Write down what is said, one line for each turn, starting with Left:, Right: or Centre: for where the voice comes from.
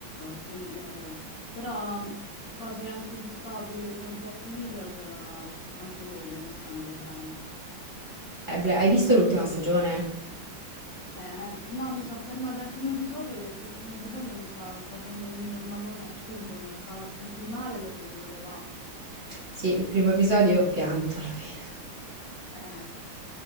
Left: thriller, però mh, cose anche distopiche come Black Mirror, eh, anche quelle mi stanno piacendo.
Right: Eh, Bla- hai visto l'ultima stagione?
Left: Eh, no, mi sono fermata al primo episodio perché il primo episodio mi stava facendo venire un magone assurdo, mi stavo a sentire male e l'ho dovuto levare.
Right: Sì, il primo episodio io ho pianto alla fine.
Left: Eh,